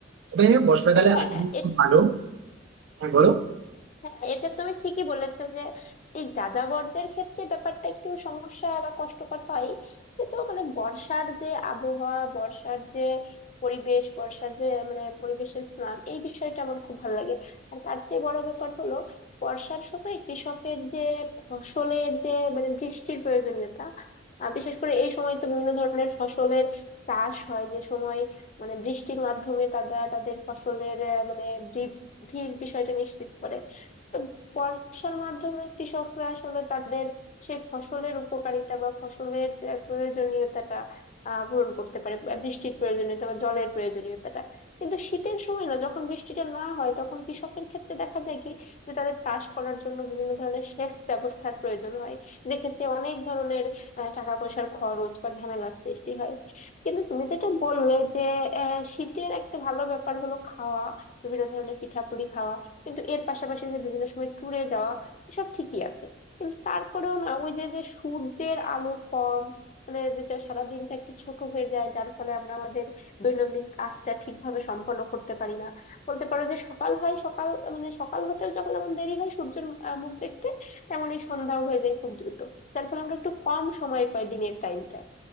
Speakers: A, on the right; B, on the left.
A: তবে হ্যাঁ, বর্ষাকালে
B: হ্যাঁ
A: আর জিনিস খুব ভালো হ্যাঁ বলো
B: হ্যাঁ এটা তুমি ঠিকই বলেছো যে এই যাযাবরদের ক্ষেত্রে ব্যাপারটা একটু সমস্যা বা কষ্টকর হয় কিন্তু মানে বর্ষার যে আবহাওয়া বর্ষার যে পরিবেশ বর্ষার যে মানে পরিবেশের স্নান এই বিষয়টা আমার খুব ভালো লাগে আর তার চেয়ে বড় ব্যাপার হলো বর্ষার সময় কৃষকের যে ফসলের যে মানে বৃষ্টির প্রয়োজনীয়তা আহ, বিশেষ করে এই সময় তো বিভিন্ন ধরনের ফসলের চাষ হয় যে সময় মানে বৃষ্টির মাধ্যমে তারা তাদের ফসলের আহ, মানে বৃদ্ধির বিষয়টা নিশ্চিত করে বর্ষার মাধ্যমে কৃষকরা আসলে তাদের সেই ফসলের উপকারিতা বা ফসলের আহ, প্রয়োজনীয়তাটা আহ পূরণ করতে পারে আহ, বৃষ্টির প্রয়োজনীয়তা বা জলের প্রয়োজনীয়তাটা কিন্তু শীতের সময় না যখন বৃষ্টিটা না হয় তখন কৃষকের ক্ষেত্রে দেখা যায় কি যে তাদের চাষ করার জন্য বিভিন্ন ধরনের সেচ ব্যবস্থার প্রয়োজন হয় যেক্ষেত্রে অনেক ধরনের আহ, টাকা পয়সার খরচ বা ঝামেলার সৃষ্টি হয় কিন্তু তুমি যেটা বললে যে আহ, শীতের একটা ভালো ব্যাপার হলো খাওয়া বিভিন্ন ধরনের পিঠাপুলি খাওয়া কিন্তু এর পাশাপাশি যে বিভিন্ন সময় ট্যুরে যাওয়া এসব ঠিকই আছে কিন্তু তারপরেও না ওই যে যে সূর্যের আলো কম মানে যেটা সারাদিনটা একটু ছোট হয়ে যায় যার ফলে আমরা আমাদের দৈনন্দিন কাজটা ঠিকভাবে সম্পন্ন করতে পারি না বলতে পারো যে সকাল হয় সকাল মানে সকাল হতেও যখন যেমন দেরি হয় সূর্যের আহ, মুখ দেখতে তেমনই সন্ধ্যাও হয়ে যায় খুব দ্রুত যার ফলে আমরা একটু কম সময় পাই দিনের টাইমটা